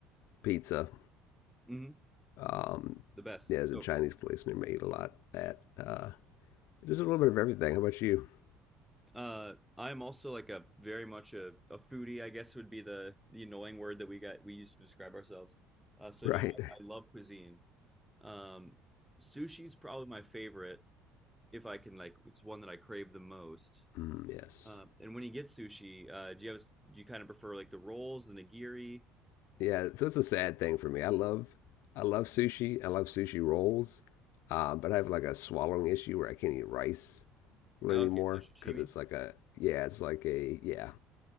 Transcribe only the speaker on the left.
pizza.
Um,
yeah, there's
a Chinese place near me. I eat a lot at. Uh, there's a little bit of everything. How about you? <laughs>
Right.
Mm, yes.
Yeah. So it's a sad thing for me. I love I love sushi. I love sushi rolls. Uh, but I have like a swallowing issue where I can't eat rice. really
anymore
because it's like a yeah, it's like a yeah,